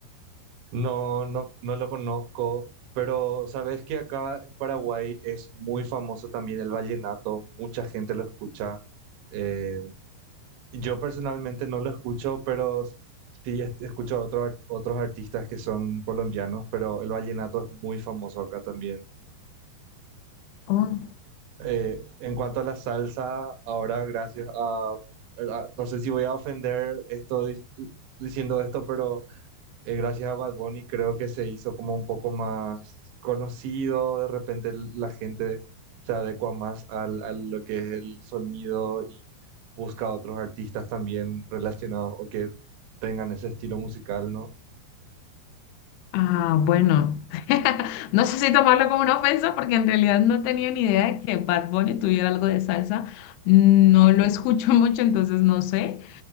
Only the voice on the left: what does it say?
Oh,
Ah, bueno. <laughs> No sé si tomarlo como una ofensa porque en realidad no tenía ni idea de que Bad Bunny tuviera algo de salsa. No lo escucho <laughs> mucho, entonces no sé.